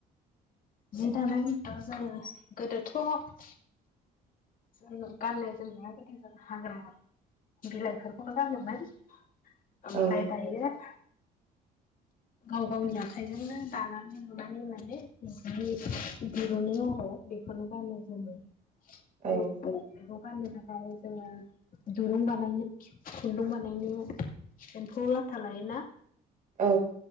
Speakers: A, on the left; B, on the right.
A: जि दानाय <unintelligible> जोङो गोदोथ जों गाननाय जोमनाया गोदो जों हाग्रा बिलाइफोरखौबो गानोमोन ओमफ्राय
B: औ
A: दायो गाव गावनि आखाइजोंनो दानानै लुनानै माने जि दिरुनो आरो बेखौनो गानो जोमो <unintelligible>
B: औ
A: फाननो थाखाय जोङो दुरुं बानायनो खुन्दुं बानायनो एम्फौ लाथा लायोना
B: औ